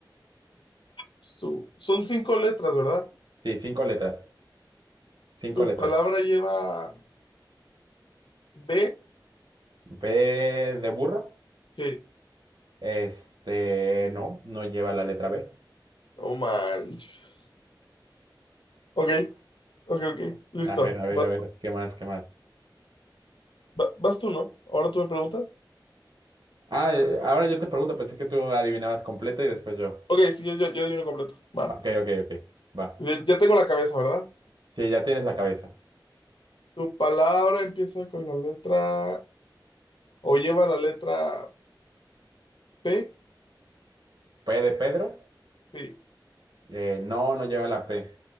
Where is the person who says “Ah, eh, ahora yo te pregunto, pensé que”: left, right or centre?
Right